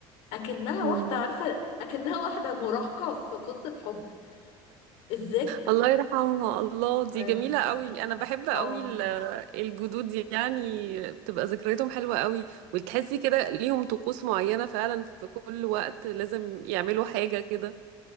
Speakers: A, on the left; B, on the right.
A: اكنها
B: مم.
A: واحدة عارفة اكنها واحدة مراهقة في قصة حب الذك
B: الله يرحمها الله دي
A: الله يرحمه
B: جميلة قوي انا بحب قوي
A: اه
B: ال- الجدود دي يعني بتبقى ذكرياتهم حلوة قوي وتحسي كده ليهم طقوس معينة فعلا في كل وقت لازم يعملوا حاجة كده